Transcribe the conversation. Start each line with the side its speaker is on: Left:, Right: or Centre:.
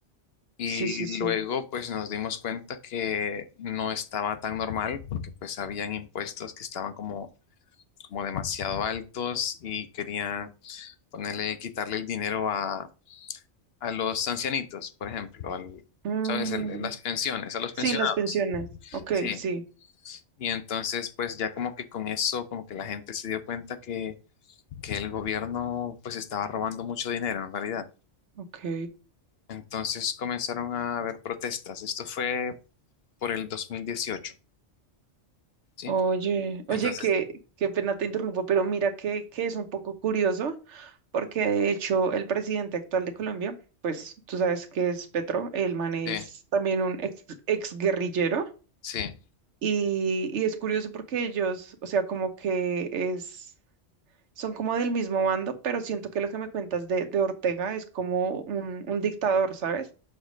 Left: y
Right: Sí, sí, sí.
Left: luego pues nos dimos cuenta que no estaba tan normal porque pues habían impuestos que estaban como, como demasiado altos y querían ponerle, quitarle el dinero a, a los ancianitos, por ejemplo, al,
Right: Mm,
Left: ¿sabes? El- las pensiones, a los
Right: sí,
Left: pensionados.
Right: las pensiones. Ok,
Left: Sí.
Right: sí.
Left: Y entonces, pues ya como que con eso, como que la gente se dio cuenta que, que el gobierno pues estaba robando mucho dinero en realidad.
Right: Ok.
Left: Entonces comenzaron a haber protestas. Esto fue por el 2018, ¿sí?
Right: Oye, oye,
Left: Entonces,
Right: qué, qué pena te interrumpo, pero mira que, que es un poco curioso, porque de hecho el presidente actual de Colombia, pues tú sabes que es Petro, el man es
Left: sí,
Right: también un ex, ex guerrillero,
Left: sí,
Right: y, y es curioso porque ellos, o sea, como que es. son como del mismo bando, pero siento que lo que me cuentas de, de Ortega es como un, un dictador, ¿sabes?